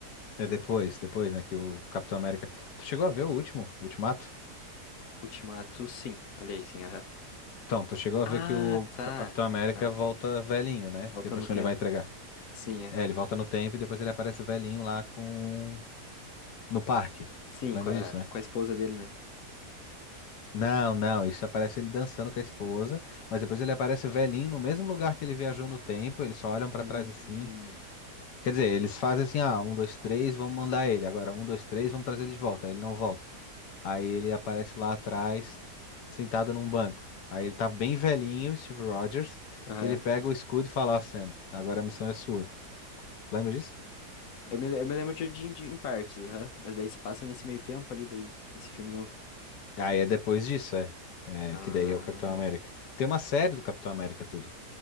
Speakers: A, on the left; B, on the left.
A: É depois, depois, né, que o Capitão América. Tu chegou a ver o último, o Ultimato?
B: Ultimato, sim. Olha aí, sim, aham.
A: Então, tu chegou a
B: Ah,
A: ver que o
B: tá,
A: Capitão América
B: tá.
A: volta velhinho, né?
B: Volta
A: Depois
B: no tempo.
A: que ele vai entregar.
B: Sim, aham.
A: É, ele volta no tempo e depois ele aparece velhinho lá com. No parque.
B: Sim,
A: Tu lembra
B: com a,
A: disso, né?
B: com a esposa dele, né?
A: Não, não, isso aparece ele dançando com a esposa, mas depois ele aparece velhinho no mesmo lugar que ele viajou no tempo, eles só olham pra
B: Hum,
A: trás assim. Quer dizer, eles fazem assim, ah, um, dois, três, vamos mandar ele. Agora, um, dois, três, vamos trazer ele de volta. Aí ele não volta. Aí ele aparece lá atrás, sentado num banco. Aí ele tá bem velhinho, Steve Rogers,
B: aham.
A: e ele pega o escudo e fala, ó, Sam, agora a missão é sua. Lembra disso?
B: Eu me, le- eu me lembro de, de, de- em partes, aham. Mas daí se passa nesse meio tempo ali, daí, esse filme novo.
A: Aí é depois disso, é. É,
B: Ah,
A: que daí é o Capitão
B: bom.
A: América. Tem uma série do Capitão América tudo.